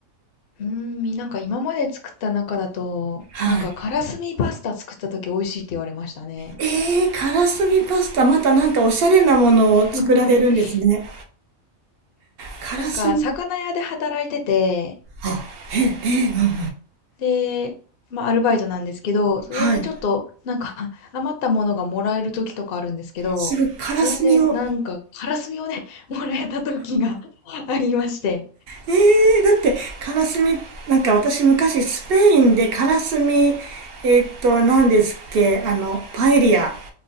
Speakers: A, on the left; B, on the right.
A: うーん、みなんか今まで作った中だと、
B: い。
A: なんかカラスミパスタ作った時美味しいって言われましたね。
B: えー、からすみパスタ、またなんかおしゃれなものを作られるんですね。
A: <laughs>
B: からすみ、
A: なんか魚屋で働いてて、
B: あ、え、え、うん、
A: で、まあアルバイトなんですけど、それでちょっとなんか
B: はい。
A: <laughs> 余ったものがもらえる時とかあるんですけど、
B: すぐからすみを、
A: それでなんかカラスミをね、<laughs> もらえた時が <laughs> ありまして。
B: えー、だってからすみ、なんか私昔スペインでからすみ、えーっと、何ですっけ、あの、パエリア。